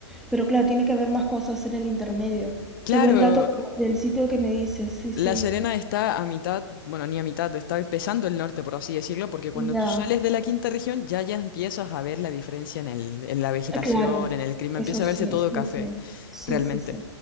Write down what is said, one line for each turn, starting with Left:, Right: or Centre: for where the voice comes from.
Centre: pero claro, tiene que haber más cosas en el intermedio.
Left: Claro,
Centre: Qué buen dato lo del sitio que me dices, sí, sí.
Left: La Serena está a mitad, bueno, ni a mitad, está empezando el norte, por así decirlo, porque cuando
Centre: Ya,
Left: tú sales de la quinta región ya ya empiezas a ver la diferencia en el, en la vegetación,
Centre: c- claro,
Left: en el clima,
Centre: eso
Left: empieza
Centre: sí,
Left: a verse todo
Centre: sí,
Left: café,
Centre: sí, sí,
Left: realmente.
Centre: sí, sí.